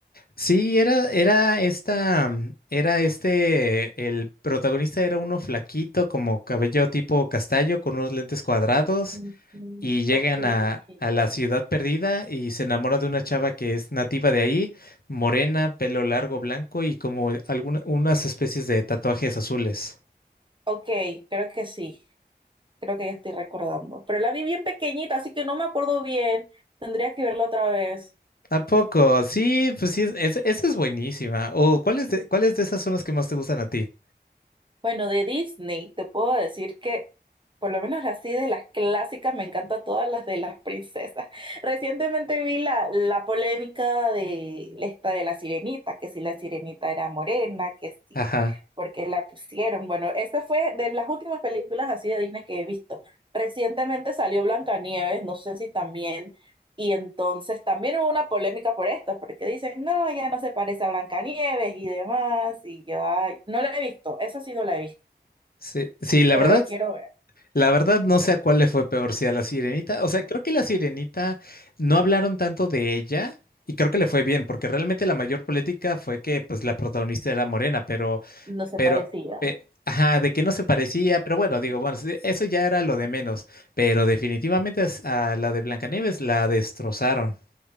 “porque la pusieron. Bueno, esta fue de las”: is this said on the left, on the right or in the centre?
Right